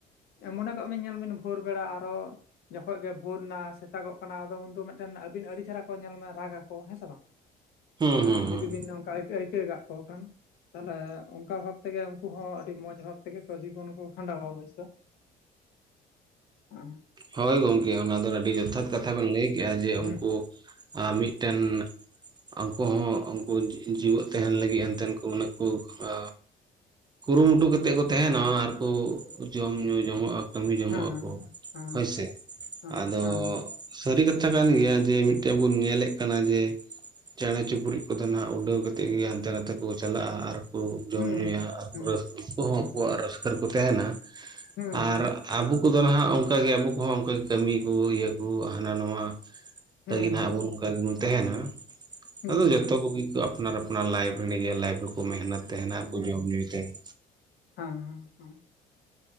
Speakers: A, on the left; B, on the right.
A: ᱢᱚᱱᱮ ᱠᱚᱜ ᱢᱮ ᱧᱮᱞᱢᱤᱱ ᱵᱷᱳᱨ ᱵᱮᱲᱟ ᱟᱨᱚ, ᱡᱚᱠᱷᱚᱱ ᱜᱮ ᱵᱷᱳᱨ ᱱᱟ ᱥᱮᱛᱟᱜᱚᱜ ᱠᱟᱱᱟ, ᱟᱫᱚ ᱩᱱᱫᱚ ᱢᱤᱫᱴᱮᱱ ᱟᱹᱵᱤᱱ ᱟᱹᱰᱤ ᱪᱮᱦᱨᱟ ᱠᱚ ᱧᱮᱞ ᱢᱮ ᱨᱟᱜᱽ ᱟᱠᱚ ᱦᱮᱸ ᱥᱮ ᱵᱟᱝ᱾
B: <unintelligible>
A: ᱮ
B: ᱦᱩᱸ ᱦᱩᱸ
A: ᱡᱩᱫᱤ ᱵᱤᱱ ᱱᱚᱝᱠᱟ ᱟᱹᱭᱠᱟᱹᱣ ᱟᱹᱭᱠᱟᱹ ᱠᱚ ᱠᱷᱟᱱ ᱛᱟᱦᱞᱮ ᱚᱱᱠᱟ ᱵᱷᱟᱵ ᱛᱮᱜᱮ ᱩᱱᱠᱩ ᱦᱚᱸ ᱟᱹᱰᱤ ᱢᱚᱡᱽ ᱵᱷᱟᱵ ᱛᱮᱜᱮ ᱠᱚ ᱡᱤᱵᱚᱱ ᱠᱚ ᱠᱷᱟᱸᱰᱟᱣᱟ ᱚᱵᱚᱥᱥᱳ, ᱟ
B: ᱦᱳᱭ ᱜᱚᱢᱠᱮ ᱚᱱᱟ ᱫᱚ ᱟᱹᱰᱤ ᱡᱚᱛᱷᱟᱛ ᱠᱟᱛᱷᱟ ᱵᱮᱱ ᱞᱟᱹᱭ ᱠᱮᱫᱮᱜᱟ, ᱡᱮ
A: ᱦᱮᱸ
B: ᱩᱱᱠᱩ ᱟᱨ ᱢᱤᱫᱴᱮᱱ ᱟᱠᱚᱦ ᱩᱱᱠᱩ ᱡᱤᱣᱮᱫ ᱛᱟᱦᱮᱱ ᱞᱟᱹᱜᱤᱫ ᱮᱱᱛᱮᱱ ᱩᱱᱟᱹᱜ ᱠᱩ ᱟ, ᱠᱩᱨᱩᱢᱩᱴᱩ ᱠᱟᱛᱮ ᱠᱚ ᱛᱟᱦᱮᱱᱟ ᱟᱨᱠᱩ ᱡᱚᱢ ᱧᱩ ᱡᱚᱝᱚᱜ ᱟᱠ ᱠᱟᱹᱢᱤ ᱡᱚᱝᱚᱜ
A: ᱦᱮᱸ
B: ᱟᱠᱚ,
A: ᱦᱮᱸ
B: ᱦᱳᱭᱥᱮ
A: ᱦᱮᱸ
B: ᱟᱫᱚ
A: ᱦᱮᱸ
B: ᱥᱟᱹᱨᱤ ᱠᱟᱛᱷᱟ ᱠᱟᱱ ᱜᱮᱭᱟ ᱡᱮ ᱢᱤᱫᱴᱮᱡ ᱵᱚᱱ ᱧᱮᱞᱮᱫ ᱠᱟᱱᱟ ᱡᱮ ᱪᱮᱬᱮ ᱪᱤᱯᱲᱩᱫ ᱠᱚᱫᱚ ᱱᱟᱜ ᱩᱰᱟᱹᱣ ᱠᱟ ᱠᱟᱛᱮᱫ ᱜᱤ ᱦᱟᱱᱛᱮ ᱱᱟᱛᱮ ᱠᱚ ᱪᱟᱞᱟᱜᱼᱟ ᱟᱨ ᱠᱩ ᱡᱚᱢ
A: ᱦᱮᱸ
B: ᱧᱩᱭᱟ ᱟᱨ
A: ᱦᱮᱸ
B: ᱨᱟᱹᱥᱠ ᱩᱱᱠᱩ ᱦᱚᱸ
A: ᱦᱮᱸ
B: ᱟᱠᱚᱣᱟᱜ ᱨᱟᱹᱥᱠᱟᱹ ᱨᱮᱠᱚ ᱛᱟᱦᱮᱱᱟ,
A: ᱦᱮᱸ ᱦᱮᱸ
B: ᱟᱨ ᱟᱵᱚ ᱠᱚᱫᱚ ᱱᱟᱦᱟᱜ ᱚᱱᱠᱟᱜᱮ ᱟᱵᱚ ᱠᱚᱦᱚᱸ ᱚᱱ ᱠᱟᱹᱢᱤ ᱠᱩ ᱤᱭᱟᱹ ᱠᱩ ᱦᱟᱱᱟ ᱱᱟᱣᱭᱟ,
A: ᱦᱮᱸ
B: ᱞᱟᱹᱜᱤᱫ ᱱᱟᱦᱟᱜ ᱟᱵᱚ ᱱᱚᱝᱠᱟ ᱜᱮᱵᱚᱱ ᱛᱟᱦᱮᱱᱟ,
A: ᱦᱮᱸ
B: ᱟᱫᱚ ᱡᱚᱛᱚ <unintelligible> ᱟᱯᱱᱟᱨ ᱟᱯᱱᱟᱨ ᱞᱟᱭᱵᱨᱮᱨᱤ ᱢᱮᱦᱱᱮᱛ ᱛᱟᱦᱮᱱᱟ ᱟᱨ ᱠᱚ ᱡᱚᱢ ᱧᱩᱭ ᱛᱟᱦᱮᱱᱟ᱾
A: ᱦᱮᱸᱮᱸ ᱦᱮᱸ,